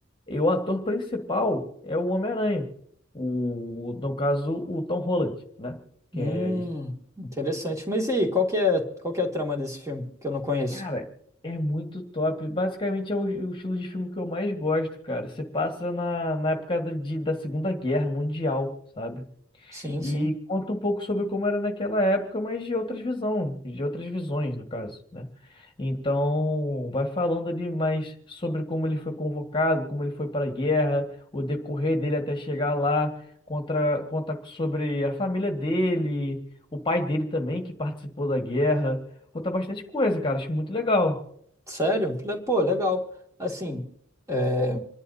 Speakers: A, on the left; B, on the right.
A: E o ator principal é o Homem-Aranha. O, no caso, o Tom Holland, né? Que
B: Hum,
A: é, a gente-
B: interessante. Mas e aí, qual que é, qual que é a trama desse filme que eu não conheço?
A: cara, é muito top. Basicamente é o, o estilo de filme que eu mais gosto, cara. Se passa na, na época da, de- da Segunda Guerra Mundial, sabe?
B: Sim,
A: E
B: sim.
A: conta um pouco sobre como era naquela época, mas de outras visão, de outras visões, no caso, né? Então, vai falando ali mais sobre como ele foi convocado, como ele foi para a guerra, o decorrer dele até chegar lá, conta, conta sobre a família dele, o pai dele também, que participou da guerra. Conta bastante coisa, cara. Acho muito legal.
B: Sério? Le- Pô, legal. Assim, é,